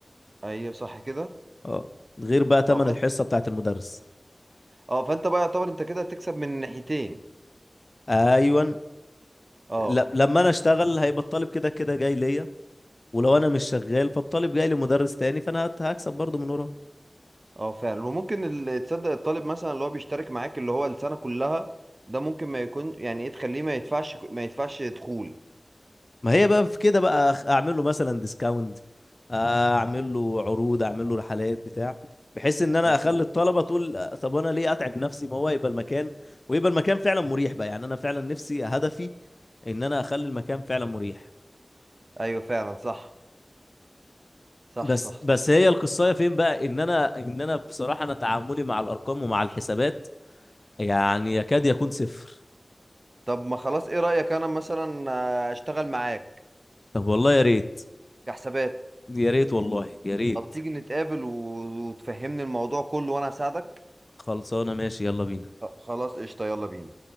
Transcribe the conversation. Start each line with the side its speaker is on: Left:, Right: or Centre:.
Right: ايوه صح كده
Left: اه غير بقى تمن
Right: اه فانت
Left: الحصه بتاعت المدرس
Right: اه فانت بقى يعتبر انت كده هتكسب من ناحيتين
Left: ايون
Right: اه
Left: ل- لما انا اشتغل هيبقى الطالب كده كده جاي ليا ولو انا مش شغال فالطالب جاي لمدرس تاني فانا هت- هكسب برضه من وراه
Right: اه فعلا وممكن ال- تصدق الطالب مثلا اللي هو بيشترك معاك اللي هو السنة كلها ده ممكن ما يكون يعني ايه تخليه ما يدفعش ما يدفعش دخول
Left: ما هي بقى في كده بقى أخ- اعمل له مثلا ديسكاونت اعمل له عروض اعمل له رحلات بتاع بحيث ان انا
Right: مظبوط
Left: اخلي الطلبه تقول آه، طب انا ليه اتعب نفسي ما هو يبقى المكان ويبقى المكان فعلا مريح بقى يعني انا فعلا نفسي هدفي ان انا اخلي المكان فعلا مريح
Right: ايوه فعلا صح صح
Left: بس
Right: صح صح
Left: بس هي القصايه فين بقى ان انا ان انا <laughs> بصراحه انا تعاملي مع الارقام ومع الحسابات يعني يكاد يكون صفر
Right: طب ما خلاص ايه رأيك انا مثلا آه، اشتغل معاك
Left: طب والله يا ريت
Right: كحسابات
Left: يا ريت والله يا ريت
Right: طب تيجي نتقابل و- وتفهمني الموضوع كله وانا اساعدك
Left: خلصانه ماشي يلا بينا
Right: خ- خلاص قشطة يلا بينا